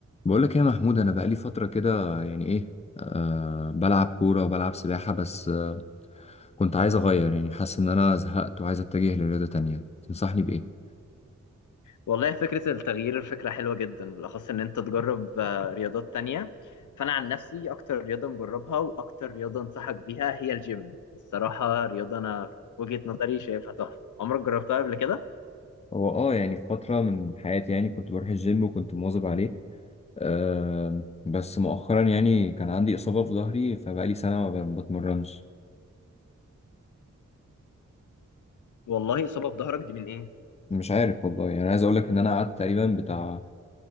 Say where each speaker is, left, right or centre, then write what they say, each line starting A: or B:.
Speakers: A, on the left; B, on the left.
A: بقول لك يا محمود انا بقالي فتره كده يعني ايه أه بلعب كوره وبلعب سباحه بس آه، كنت عايز اغير يعني حاسس ان انا زهقت وعايز اتجه لرياضه تانية تنصحني بايه
B: والله فكرة التغيير فكرة حلوة جدا بالأخص إن أنت تجرب آه، رياضات تانية فأنا عن نفسي أكتر رياضة مجربها وأكتر رياضة أنصحك بيها هي الجيم الصراحة رياضة أنا في وجهة نظري شايفها تحفة عمرك جربتها قبل كده؟
A: هو اه يعني في فتره من حياتي يعني كنت بروح الجيم وكنت مواظب عليه أه بس مؤخرا يعني كان عندي اصابه في ظهري فبقالي سنه ما ب- بتمرنش
B: والله إصابة في ظهرك دي من إيه؟
A: مش عارف والله يعني عايز اقول لك ان انا قعدت تقريبا بتاع